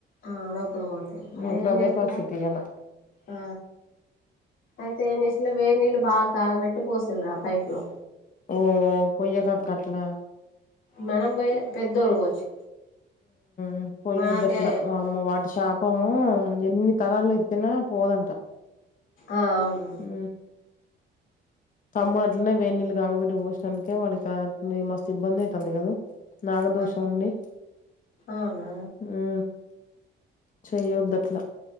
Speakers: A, on the left; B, on the left.
A: ఆ లోపల పోతాయి అవి
B: ఇప్పుడు
A: ఏం
B: అదే
A: చేస్తాయ
B: పరిస్థితి ఇయ్యాల
A: ఆ అయితే ఏం చేసిళ్ళు వేడి నీళ్ళు బాగ కాగబెట్టి పోసిల్రు ఆ పైప్ లో.
B: ఓ పోయ్యకు అక్క అట్లా
A: మనం పోయలే. పెద్దోళ్ళు పోసి
B: మ్ పోయ్యోద్దు
A: మనకే
B: అట్లా వామ్మో వాటి షాప్ పము ఎన్ని తరాలు ఎత్తినా పోదంట.
A: ఆ అవును.
B: హు తమ్ముడు అట్లనే వేడి నీళ్ళు కాకబెట్టి పోసినానికే వాడికి మస్తు ఇబ్బంది అవుతుంది కదా నాగదోషం
A: ఆ
B: అండి
A: అవునా
B: ఉ చెయ్యోదు అట్ల